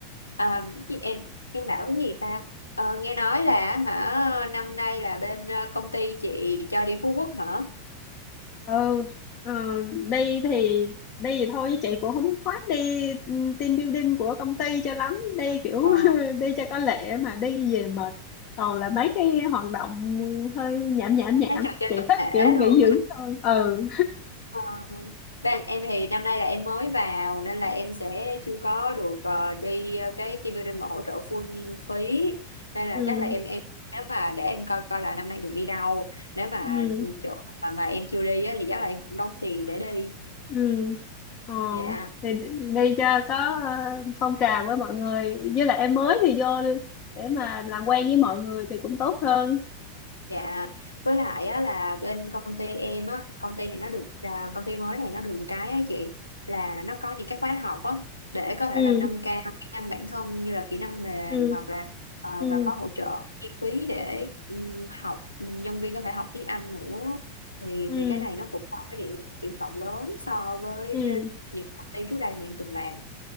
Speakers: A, on the left; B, on the left.
A: ờ, chứ em em bảo cái gì ta Ờ, nghe nói là hả năm nay là bên ờ, công ty chị cho đi Phú Quốc hả
B: ừ ờ, đi thì đi thì thôi chứ chị cũng không khoát đi ừ, team building của công ty cho lắm đi kiểu
A: Ờ,
B: <laughs> đi cho có lệ mà đi về mệt toàn là mấy cái hoạt động hơi nhảm nhảm nhảm
A: cái trò chơi
B: chị
A: tập
B: thích
A: thể
B: kiểu nghỉ
A: rồi
B: dưỡng thôi ừ
A: Ờ, Bên em thì năm nay là em mới vào nên là em sẽ chưa có được ờ, đi ờ, cái team building mà hỗ trợ full phí nên là
B: ừ
A: chắc là em em nếu mà để em coi coi là năm nay được đi đâu nếu mà
B: ừ
A: chỗ mà, mà em chưa đi á, thì chắc là em cũng đóng tiền để đi
B: ừ ờ
A: dạ
B: thì đi cho có ờ, phong trào với mọi người với lại em mới thì vô để mà làm quen với mọi người thì cũng tốt hơn
A: Dạ, với lại á, là bên công ty em á, công ty này nó được à, công ty mới này nó được cái á chị là nó có những cái khóa học á để có thể
B: ừ
A: là nâng cao kỹ năng bản thân như là kỹ năng mềm
B: ừ
A: hoặc là ờ,
B: ừ
A: và có hỗ trợ chi phí để ừm, học nhân viên có thể học tiếng Anh nữa thì
B: ừ
A: thì cái này nó cũng là cái điểm điểm cộng lớn so với
B: ừ
A: ờ, những công ty trước đây mà em từng làm.